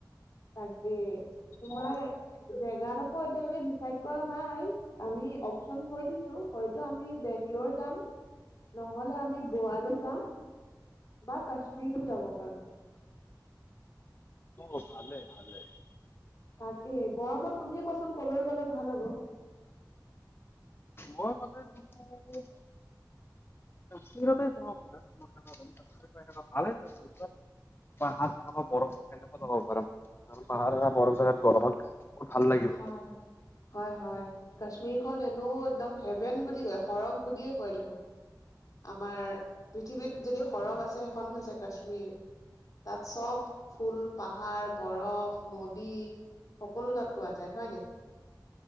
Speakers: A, on the left; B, on the left.
A: তাকে। তোমাৰ
B: অ
A: জেগাডোখৰ এতিয়ালৈকে ডিচাইড কৰা নাই। আমি অপচন থৈ দিছো হয়তো আমি বেংলৰ যাম। নহ'লে আমি গোৱালৈ যাম, বা কাশ্মীৰো যাব পাৰোঁ।
B: অ' ভালে ভালে।
A: তাকে গৰমত তুমিয়ে কোৱাচোন ক'লৈ গ'লে ভাল হ'ব।
B: মোৰ মতে তুমি কাশ্মীৰতে যাব পাৰা <unintelligible> <unintelligible> ভালে <unintelligible> পাহাৰ <unintelligible> বৰফ তেনেকুৱা যাব পাৰা। আৰু পাহাৰ সেনা বৰফ জাগাত গৰমত বহুত ভাল লাগিব
A: হয়
B: যায়।
A: হয় হয় কাশ্মীৰ খন এনেও একদম হেভেন বুলি কয় সৰগ বুলিয়ে কয় দেখ <unintelligible> আমাৰ পৃথিৱীত
B: উম
A: যদি সৰগ আছে খন হৈছে কাশ্মীৰ, তাত চব ফুল পাহাৰ বৰফ নদী। সকলো তাত পোৱা যায় হয় নাই।